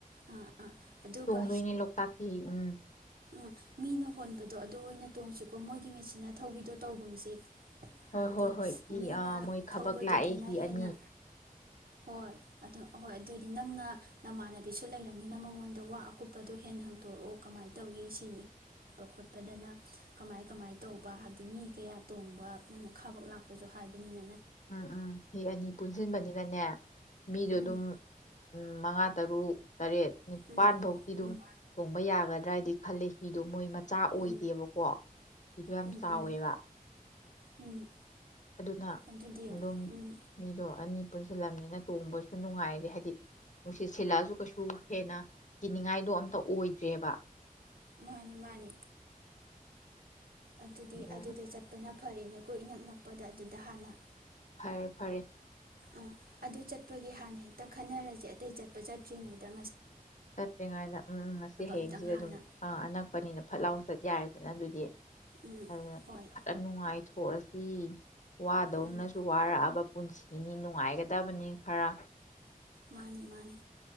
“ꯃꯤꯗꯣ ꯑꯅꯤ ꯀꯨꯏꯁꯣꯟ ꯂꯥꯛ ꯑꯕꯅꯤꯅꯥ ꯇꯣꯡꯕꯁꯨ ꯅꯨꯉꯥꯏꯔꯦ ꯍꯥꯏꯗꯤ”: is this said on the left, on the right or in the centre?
Left